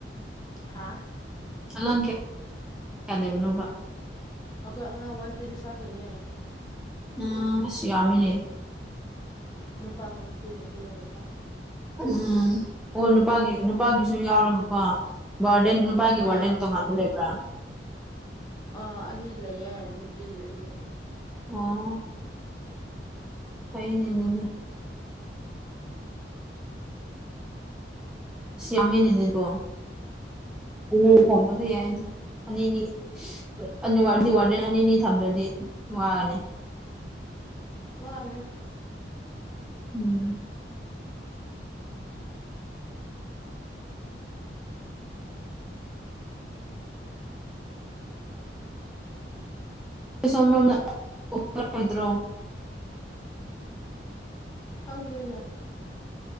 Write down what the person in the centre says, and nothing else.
ꯑꯉꯥꯡ ꯀꯌꯥ ꯀꯌꯥ ꯂꯩꯕꯅꯣꯕ
ꯎꯝ ꯑꯁ ꯌꯥꯝꯃꯤꯅꯦ
ꯑꯁ ꯎꯝ ꯑꯣ ꯅꯨꯄꯥꯒꯤ ꯅꯨꯄꯥꯒꯤꯁꯨ ꯌꯥꯎꯔꯒꯀꯣ ꯋꯥꯔꯗꯦꯟ ꯅꯨꯄꯥꯒꯤ
ꯋꯥꯔꯗꯦꯟ ꯇꯣꯉꯥꯟꯕ ꯂꯩꯕ꯭ꯔꯥ
ꯑꯣ ꯐꯩꯅꯦ ꯑꯗꯨꯗꯤ ꯑꯁ ꯌꯥꯝꯃꯤꯅꯦ ꯑꯗꯨꯀꯣ ꯑꯅꯤ
ꯊꯝꯕꯗꯤ ꯌꯥꯏꯗ ꯑꯅꯤꯅꯤ ꯑꯅꯤ ꯋꯥꯔꯗꯤ ꯋꯥꯔꯗꯦꯟ ꯑꯅꯤ ꯑꯅꯤ ꯊꯝꯗ꯭ꯔꯗꯤ ꯋꯥꯔꯅꯤ
ꯎꯝ ꯅꯣꯏ ꯁꯣꯝꯂꯣꯝꯗꯥ ꯀꯣꯏ ꯀꯣꯏꯔꯛꯑꯣꯏꯗ꯭ꯔꯣ